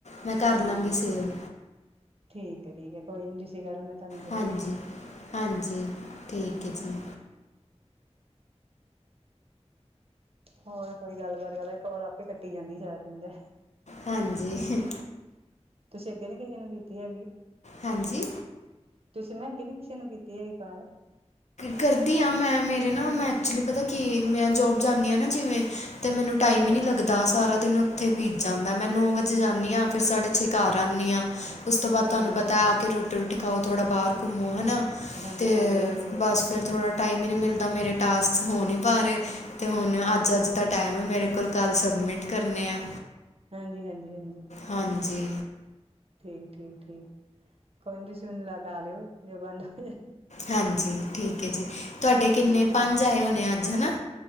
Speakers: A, on the left; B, on the right.
A: ਮੈਂ ਕਰ ਲਵਾਂਗੀ
B: ਹਾਂਜੀ
A: ਸੇਵ
B: ਠੀਕ ਹੈ ਠੀਕ ਹੈ ਕੋਈ ਨੀ ਤੁਸੀਂ ਕਰੋ ਮੈਂ, ਤੁਹਾਨੂੰ ਕਰੂੰਗੀ
A: ਹਾਂਜੀ ਹਾਂਜੀ ਠੀਕ ਹੈ
B: ਹਾਂਜੀ
A: ਜੀ।
B: ਹੋਰ ਕੋਈ ਗੱਲਬਤ ਗੱਲੋੜ ਆਪੇ ਕੱਟੀ ਜਾਂਦੀ ਸ਼ਾਇਰ ਕਿੰਦੇ।
A: ਹਾਂਜੀ,
B: ਤੁਸੀਂ ਅੱਗੇ ਨੀ ਕਿਸੇ ਨੂੰ ਕੀਤੀ ਹੈਗੀ।
A: ਹਾਂਜੀ,
B: ਤੁਸੀਂ ਮੈਂ ਅੱਗੇ ਨੀ ਕਿਸੇ ਨੂੰ ਕੀਤੀ ਹੈਗੀ ਕਾਲ
A: ਕਰਦੀ ਹਾਂ ਮੈਂ ਮੇਰੇ ਨਾ ਮੈਂ ਐਕਚੁਲੀ ਪਤਾ ਕਿ ਮੈਂ ਜੋਬ ਜਾਂਦੀ ਹਾਂ ਨਾ ਜਿਵੇਂ, ਤੇ ਮੈਨੂੰ ਟਾਈਮ
B: ਹਾਂਜੀ-ਹਾਂਜੀ
A: ਹੀ ਨੀ ਲਗਦਾ। ਤਾਂ ਸਾਰਾ ਦਿਨ ਉੱਥੇ ਬੀਜ ਜਾਂਦਾ, ਮੈਂ ਨੌ ਵਜੇ ਜਾਂਦੀ ਹਾਂ ਫਿਰ ਸਾਡੇ ਛਕਾਰਰ ਆਉਂਦੀ ਹਾਂ। ਉਸ ਤੋਂ ਬਾਅਦ ਤੁਹਾਨੂੰ
B: ਹਾਂਜੀ-ਹਾਂਜੀ
A: ਪਤਾ ਆ ਕੇ ਰੋਟੀ ਰੋਟੀ ਖਾਓ ਥੋੜ੍ਹਾ ਬਾਹਰ ਘੁੰਮੋ ਹੈ ਨਾ ਅਤੇ
B: ਹਾਂਜੀ-ਹਾਂਜੀ
A: ਬਸ ਫਿਰ ਥੋੜ੍ਹਾ ਟਾਈਮ ਹੀ ਨਹੀਂ ਮਿਲਦਾ, ਮੇਰੇ ਟਾਸਕ ਹੋ ਨਹੀਂ ਪਾ ਰਹੇ। ਅਤੇ ਹੁਣ ਅੱਜ-ਅੱਜ ਦਾ ਟਾਈਮ, ਮੇਰੇ ਕੋਲ-ਕੱਲ੍ਹ ਸਬਮਿਟ ਕਰਨੇ ਆ।
B: ਹਾਂਜੀ ਹਾਂਜੀ ਹਾਂਜੀ
A: ਹਾਂਜੀ,
B: ਠੀਕ-ਠੀਕ-ਠੀਕ, ਕੋਈ ਤੁਸੀਂ ਮਨੂੰ ਲਗਾ ਲਿਓ ਜੋ ਬੰਦ ਹੋ ਜਾਂ,
A: ਹਾਂਜੀ ਠੀਕ ਹੈ, ਜੀ ਤੁਹਾਡੇ ਕਿੰਨੇ
B: ਹਾਂਜੀ
A: ਪੰਜ ਆਏ ਹੋਣੇ ਅੱਜ ਹੈ ਨਾ?